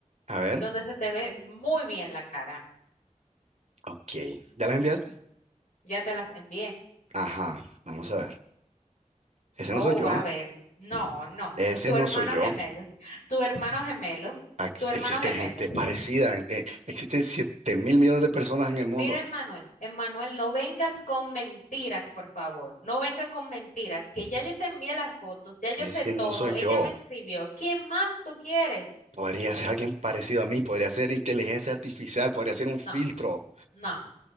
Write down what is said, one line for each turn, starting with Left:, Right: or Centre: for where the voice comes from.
Right: A ver.
Left: donde se te ve muy bien la cara.
Right: Ok. ¿Ya las enviaste?
Left: Ya te las envié.
Right: Ajá. Vamos a ver. Ese
Left: Oh,
Right: no soy yo.
Left: va a ver. No, no.
Right: Ese
Left: Tu
Right: no
Left: hermano
Right: soy yo.
Left: gemelo. Tu hermano gemelo.
Right: Ex-
Left: Tu hermano
Right: Existe
Left: gemelo.
Right: gente parecida. Eh, Existen siete mil millones de personas en el mundo.
Left: Mira, Emmanuel. Emmanuel, no vengas con mentiras, por favor. No venga con mentiras, que ya yo te envié las fotos, ya yo
Right: Ese
Left: sé todo.
Right: no soy
Left: Ella
Right: yo.
Left: me escribió. ¿Qué más tú quieres?
Right: Podría ser alguien parecido a mí, podría ser inteligencia artificial, podría ser un filtro,
Left: No, no,